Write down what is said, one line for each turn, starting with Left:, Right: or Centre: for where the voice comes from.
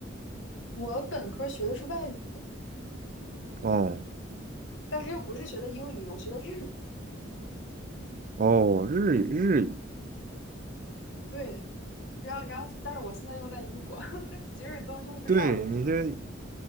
Left: 我本科学的是外语，
Right: 哦
Left: 但是又不是学的英语，我学的日语。
Right: 哦，日语日语，
Left: 对。然后然后，但是我现在又在英国，<laughs> 其实都用不上这个。
Right: 对你这